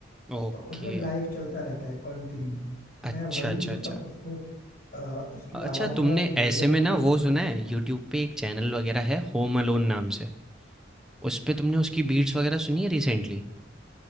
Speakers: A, in the centre; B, on the left (about 50°).
A: ओके।
B: तो उसमें लाइव चलता रहता है कंटिन्यू मैं
A: अच्छा,
B: वही
A: अच्छा,
B: मतलब
A: अच्छा।
B: उसको अ, उसकी
A: अच्छा
B: आवाज
A: तुमने
B: मतलब मीडियम
A: ऐसे में
B: टू
A: ना
B: लो
A: वो
B: करके
A: सुना है यूट्यूब पे एक चैनल वगैरह है होम अलोन नाम से उस पे तुमने उसकी बीट्स वगैरह सुनी है रिसेंटली